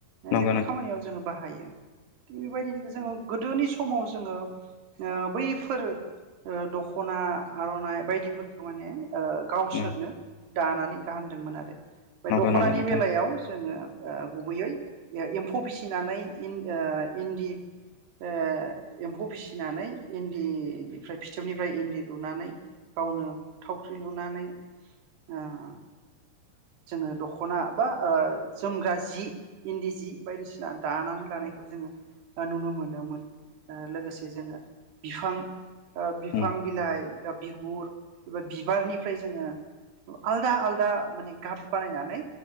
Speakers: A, on the left; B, on the right.
A: नंगौ
B: बेफोर
A: नोंथां
B: खामानियाव जोङो बाहायो थिग बेबायदिनो जोङो गोदोनि समाव जोङो ओ बैफोर ओ दख'ना आर'नाइ बायदिफोरखौ माने ओ गावसोरनो
A: नंगौ
B: दानानै गानदोंमोन आरो। बे दख'नानि
A: नंगौ नोंथां
B: बेलायाव जोङो ओ गुबैयै ए-एम्फौ फिसिनानै इ-इन ओ इन्दि ओ एम्फौ फिसिनानै इन दि निफ्राय इन्दि लुनानै गावनो थावख्रि लुनानै ओं जोङो दख'ना बा ओ जोमग्रा जि इन्दि जि बायदिसिना दानानै लानायख खौ जोङो ओ नुनो मोनोमोन। ओ लोगोसे जोङो बिफां ओ बिफां
A: औ
B: बिलाइ दा बिगुर एबा बिबारनिफ्राय जोङो आलदा आलदा माने गाब बानायनानै